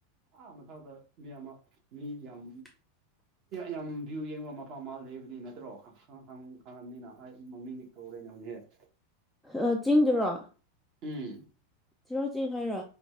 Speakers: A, on the right (about 35°); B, in the centre.
A: ꯑꯥ ꯃꯊꯥꯗ ꯃꯤ ꯑꯃ ꯃꯤ ꯌꯥꯝ
B: <inaudible>
A: ꯌꯥꯝ ꯚ꯭ꯌꯨ ꯌꯦꯡꯕ ꯃꯐꯝ ꯑꯃ ꯂꯩꯕꯅꯤ ꯅꯠꯇ꯭ꯔꯣ ꯈꯪꯉꯝꯅꯤꯅ ꯃꯃꯤꯡꯗꯤ ꯀꯧꯔꯦꯅꯦ ꯍꯧꯖꯤꯛꯁꯦ
B: ꯑ ꯆꯤꯡꯗꯨꯔꯣ
A: ꯎꯝ
B: ꯆꯤꯔꯥꯎ ꯆꯤꯡ ꯍꯥꯏꯔꯣ